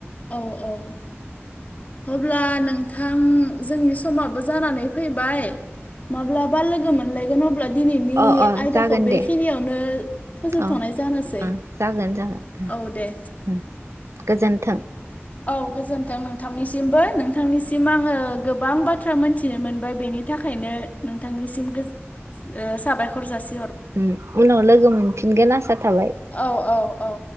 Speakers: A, on the left (about 35°); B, on the right (about 85°).
A: औ औ अब्ला नोंथां जोंनि समाबो जानानै फैबाय माब्लाबा लोगो मोनलायगोन अब्ला दिनैनि
B: अ अ
A: आयदाखौ
B: जागोन
A: बेखिनियावनो
B: दे
A: फोजोबथनाय
B: अ
A: जानोसै
B: ओं जागोन जागोन
A: औ दे।
B: उम गोजोन्थों।
A: औ गोजोनथों नोंथांनिसिमबो नोंथांनिसिम आंङो गोबां बाथ्रा मोनथिनो मोनबाय बेनि थाखायनो नोंथांनिसिम गोज साबायखर जासि
B: उम्म उनाव लोगो मोनफिनगोन आसा थाबाय।
A: औ औ औ